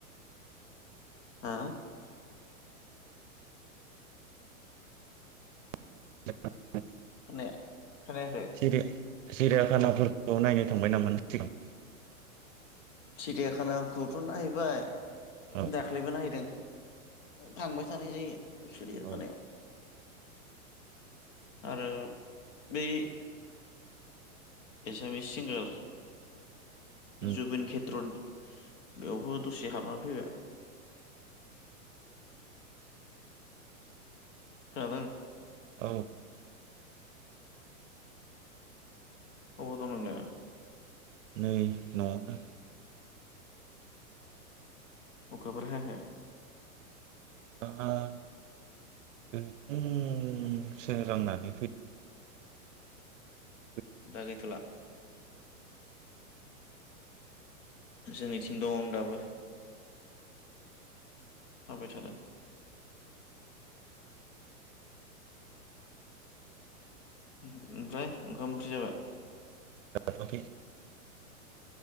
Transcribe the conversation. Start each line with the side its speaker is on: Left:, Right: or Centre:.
Left: हा
Right: <unintelligible>
Left: <unintelligible> खोनायाखै
Right: सिरि सिरियाखानाफोरखौ नायनो थांबाय नामा नों सिगां?
Left: सिरियााखानाखौथ' नायबाय
Right: औ
Left: दाख्लैबो नायहैदों थांबाय थानाय जायो सिरिखानायाव
Right: औ
Left: आरो बै एसामिस सिंगार
Right: उम
Left: जुबिन खेथ्रन बेयावबो दसे हाबना फैबाय खोनादों
Right: औ
Left: अबाव दं नोंलाय?
Right: नै न'आवनो
Left: अखाफोर हायाखै?
Right: <unintelligible> सोरांनानै <unintelligible>
Left: दा गैथ'ला जोंनिथिं दं दाबो हाबाय थादों ओमफ्राय ओंखाम ओंख्रि जाबाय?
Right: <unintelligible>